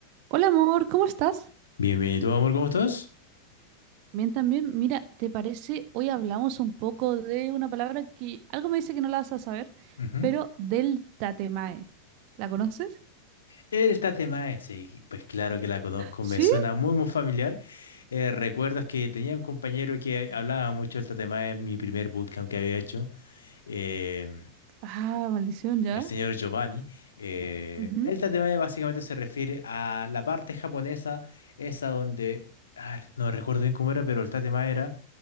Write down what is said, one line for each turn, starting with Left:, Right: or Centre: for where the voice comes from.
Right: Hola amor, ¿cómo estás?
Left: Bienvenido, amor, ¿cómo estás?
Right: Bien, también. Mira, ¿te parece? Hoy hablamos un poco de una palabra que algo me dice que no la vas a saber,
Left: Ujú.
Right: pero del tatemae. ¿La conoces?
Left: Esta tema sí, pues claro que la conozco,
Right: ¿Sí?
Left: me suena muy, muy familiar. Eh, ¿recuerdas que tenía un compañero que hablaba mucho del Tatemae en mi primer bootcamp que había hecho? em,
Right: Ah, maldición, ya.
Left: el señor Giovanni. eh,
Right: Ujú,
Left: el tatemae básicamente se refiere a la parte japonesa, esa donde, a no recuerdo bien cómo era, pero el tatemae era